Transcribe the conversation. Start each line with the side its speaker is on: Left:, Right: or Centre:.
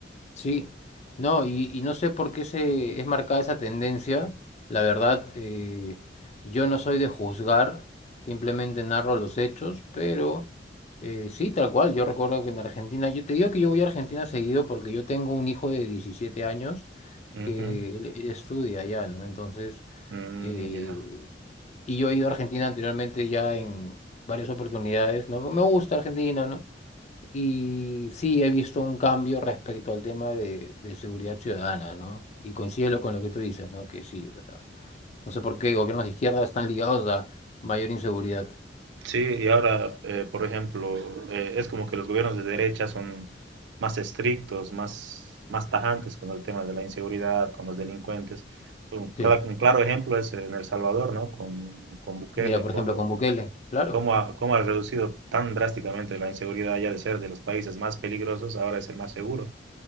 Left: Sí, no, y, y no sé por qué se es marcada esa tendencia. La verdad, eh, yo no soy de juzgar, simplemente narro los hechos, pero eh, sí, tal cual. Yo recuerdo que en Argentina, yo te digo que yo voy a Argentina seguido porque yo tengo un hijo de 17 años
Right: Ujú.
Left: que él, él estudia allá, ¿no? Entonces,
Right: Mm,
Left: eh,
Right: ya.
Left: y yo he ido a Argentina anteriormente ya en varias oportunidades, ¿no? Me gusta Argentina, ¿no? Y sí, he visto un cambio respecto al tema de, de seguridad ciudadana, ¿no? Y coincido con lo que tú dices, ¿no? Que sí, o sea, no sé por qué gobiernos de izquierda están ligados a mayor inseguridad.
Right: Sí, y ahora, eh, por ejemplo, eh, es como que los gobiernos de derecha son más estrictos, más, más tajantes con el tema de la inseguridad, con los delincuentes. Un, cla-
Left: Sí,
Right: un claro ejemplo es en El Salvador, ¿no? Con, con Bukele,
Left: mira, por
Right: cómo,
Left: ejemplo, con Bukele, claro,
Right: cómo ha, cómo ha reducido tan drásticamente la inseguridad ya de ser de los países más peligrosos, ahora es el más seguro.